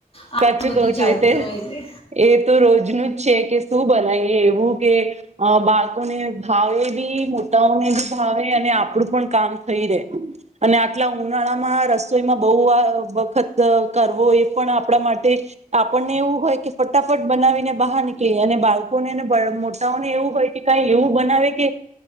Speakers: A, on the left; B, on the right.
A: આ
B: સાચું
A: બધું
B: કવ છું
A: ચાલતું
B: એતે
A: હોય છે
B: એ તો રોજનું જ છે કે શું બનાવીએ એવું. કે બાળકોને ભાવે બી મોટાઓને બી ભાવે અને આપડું પણ કામ થઈ રે અને આટલા ઉનાળા માં રસોઈમાં બહુ વખત કર આવો એ પણ આપણા માટે આપણને એવું હોય કે ફટાફટ બનાવીને બહાર નીકળ અને બાળકોનેને મોટાઓને એવું હોય કે કઈ એવું બનાવે કે